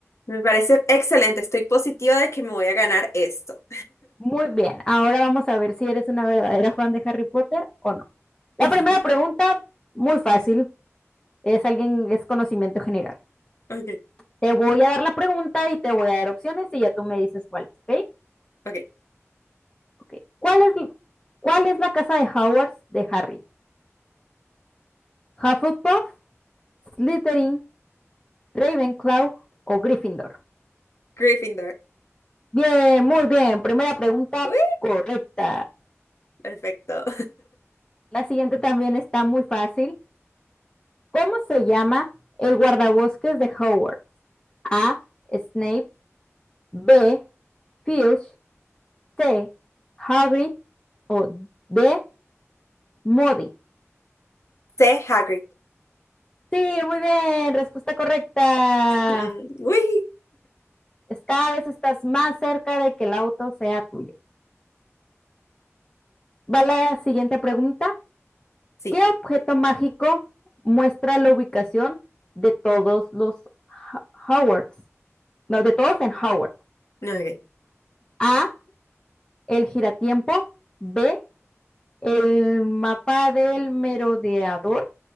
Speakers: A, on the left; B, on the left.
A: Me parece excelente. Estoy positiva de que me voy a ganar esto.
B: Muy bien. Ahora vamos a ver si eres una verdadera fan de Harry Potter o no. La
A: <laughs>
B: primera pregunta, muy fácil, es alguien, es conocimiento general.
A: Ok,
B: Te voy a dar la pregunta y te voy a dar opciones y ya tú me dices cuál ¿ok?
A: ok.
B: okay. ¿Cuál, es, ¿Cuál es la casa de Hogwarts de Harry? ¿Hufflepuff, Slytherin, Ravenclaw o Gryffindor?
A: Gryffindor.
B: Bien, muy bien. Primera pregunta
A: Uy,
B: correcta.
A: perfecto.
B: La siguiente también está muy fácil. ¿Cómo se llama el guardabosques de Hogwarts? A. Snape. B. Filch. C. Hagrid. O D. Moody.
A: <laughs> C, Hagrid.
B: Sí, muy bien, respuesta correcta.
A: Mm, uy.
B: Cada vez estás más cerca de que el auto sea tuyo. Va la siguiente pregunta.
A: Sí,
B: ¿Qué objeto mágico muestra la ubicación de todos los Howards? No, de todos en Howards.
A: no ok.
B: A, el giratiempo. B, el mapa del merodeador.